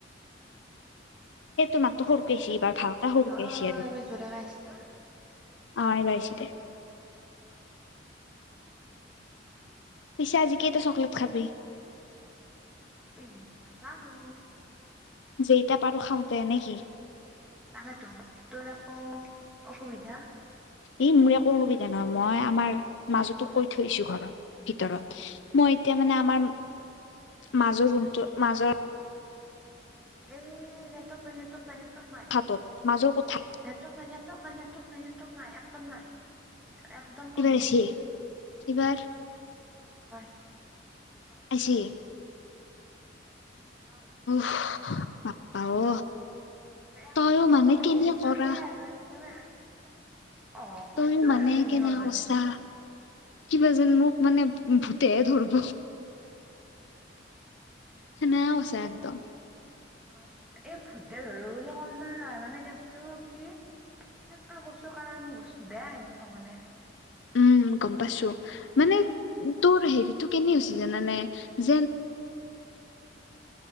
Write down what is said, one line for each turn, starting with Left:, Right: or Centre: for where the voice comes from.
Left: সেই তো মাত্ৰ সৰুকছি এইবাৰ ভালকা সৰুকে
Centre: অ
Left: আছি আৰু।
Centre: এইবাৰ জোৰেৰে আহিছে নে?
Left: অ এইবাৰ আইছেদে।
Centre: অ।
Left: পিছে আজি কেইটা চকলেট খাবি।
Centre: মই নাজানো।
Left: যিইটা পাৰো খাওঁতে নেকি।
Centre: তাকেতো তোৰ আকৌ অসুবিধা।
Left: ই মই একো অসুবিধা নহয় মই আমাৰ মাজুটো কৈ থৈছো ঘৰত ভিতৰত। মই এতিয়া মানে আমাৰ মাজৰ ৰুমটো মাজৰ।
Centre: এ নেটৱৰ্ক নাই নেটৱৰ্ক নাই নেটৱৰ্ক নাই।
Left: হাতত মাজৰ কথা।
Centre: নেটৱৰ্ক নাই নেটৱৰ্ক নাই নেটৱৰ্ক নাই একদম নাই। একদম কমি
Left: এইবাৰ আহিছি
Centre: গিচে
Left: এইবাৰ
Centre: <unintelligible>
Left: আহিছি
Centre: নহয়
Left: উফ বাপ্পা অ
Centre: একদম
Left: তইও মানে
Centre: কমি
Left: কেনে
Centre: আহিছে
Left: কৰা
Centre: নাইয়ে আৰু একদম এ অ কৈছোঁ
Left: তইও মানে
Centre: আৰু তেনেক
Left: কেনে
Centre: কৰিব
Left: কৰছা
Centre: লাগে
Left: কিবা যেন মোক মানে ভূতেহে ধৰিব হেনে হৈছে একদম
Centre: অ এই <unintelligible> <unintelligible> বুলি কোৱা নাই মানে কেছটো কি সেনকা কৈছো কাৰণ বস্তু বেয়া হন মানে
Left: উম গম পাইছো মানে তোৰ হেৰিটো কেনে হৈছে জানানে <unintelligible>